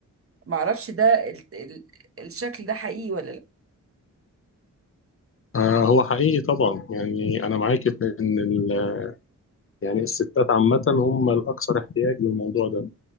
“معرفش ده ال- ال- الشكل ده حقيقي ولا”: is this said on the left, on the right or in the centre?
Right